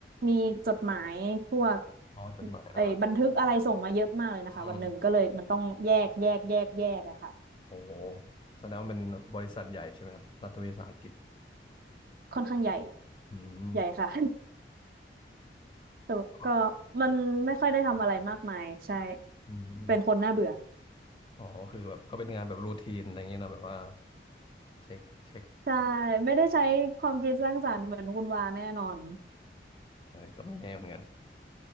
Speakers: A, on the right (about 50°); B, on the left (about 25°).
A: มีจดหมายพวก
B: อ๋อจดหมายอ่ะ
A: ไอ้บันทึกอะไรส่งมาเยอะมากเลยนะคะวันหนึ่งก็เลยมันต้องแยกแยกแยกแยกอะค่ะ
B: อืมโอ้โหแสดงว่าเป็นบริษัทใหญ่ใช่ไหมครับรัฐวิสาหกิจ
A: ค่อนข้างใหญ่
B: อืม
A: ใหญ่ค่ะ แต่ก็
B: แ
A: มันไม่ค่อยได้ทำอะไรมากมายใช่
B: อืม
A: เป็นคนน่าเบื่อ
B: อ๋อคือแบบก็เป็นงานแบบรูทีนอะไรเงี้ยนะแบบว่าเช็คเช็ค
A: ใช่ไม่ได้ใช้ความคิดสร้างสรรค์เหมือนคุณวาแน่นอน
B: อะไรก็ไม่แน่เหมือนกัน